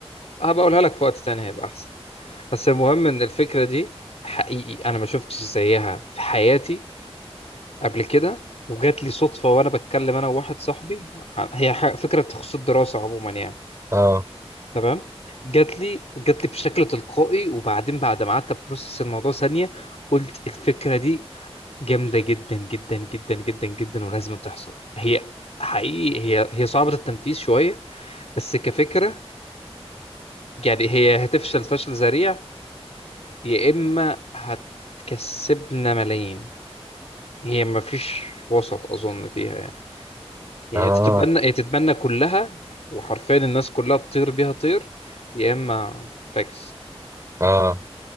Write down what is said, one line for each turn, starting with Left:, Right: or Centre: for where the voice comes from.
Left: هبقولها لك في وقت تاني هيبقى احسن بس المهم ان الفكره دي حقيقي انا ما شفتش زيها في حياتي قبل كده وجات لي صدفه وانا بتكلم انا وواحد صاحبي هي ح- فكره تخص الدراسه عموما يعني
Right: اه
Left: تمام جات لي جات لي بشكل تلقائي وبعدين بعد ما قعدت بروسس الموضوع ثانيه قلت الفكره دي جامده جدا جدا جدا جدا جدا ولازم تحصل هي حقيقي هي هي صعبه التنفيذ شويه بس كفكره يعني هي هتفشل فشل ذريع يا إما هتكسبنا ملايين هي مفيش وسط أظن فيها يعني هي
Right: اه
Left: هتتبنى هي تتبنى كلها وحرفيا الناس كلها تطير بيها طير يا إما فاكس
Right: اه